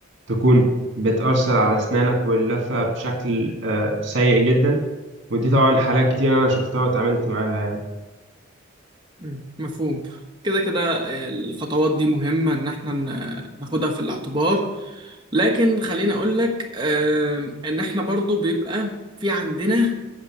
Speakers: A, on the right; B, on the right.
A: تكون بتاثر على اسنانك واللثه بشكل آه، سيء جدا ودي طبعا حالات كتير انا شفتها واتعاملت معاها يعني
B: مم. مفهوم كده كده آه، الخطوات دي مهمة إن إحنا ن- ناخدها في الاعتبار لكن خليني أقول لك آم، إن إحنا برضو بيبقى في عندنا